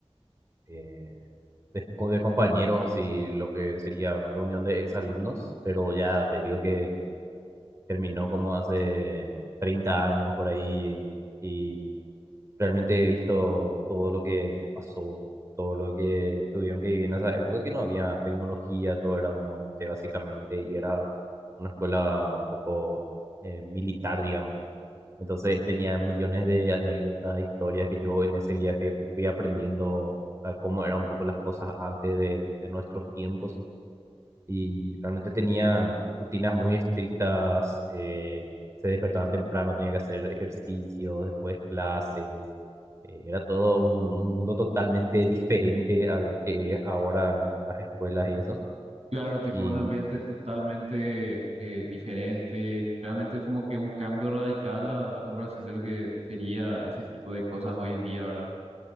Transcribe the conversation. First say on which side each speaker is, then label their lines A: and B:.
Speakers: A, on the right (about 30°); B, on the right (about 85°).
A: eh, de, co- de compañeros, así lo que sería reunión de exalumnos, pero ya te digo que terminó como hace 30 años por ahí y, y realmente he visto todo lo que pasó, todo lo que tuvieron que vivir en esa época que no había tecnología, todo era monte básicamente y era una escuela un poco eh, militar, digamos. Entonces tenía millones de anécdotas, historias que yo en ese viaje fui aprendiendo a cómo eran un poco las cosas antes de, de nuestros tiempos y realmente tenían rutinas muy estrictas, eh, se despertaban temprano, tenían que hacer ejercicio, después clases, eh, era todo un, un mundo totalmente diferente al que es ahora en en las escuelas y eso.
B: Claro, tipo
A: Y
B: un ambiente totalmente eh, diferente, realmente como que un cambio radical a, a comparación de lo que sería ese tipo de cosas hoy en día, ¿verdad?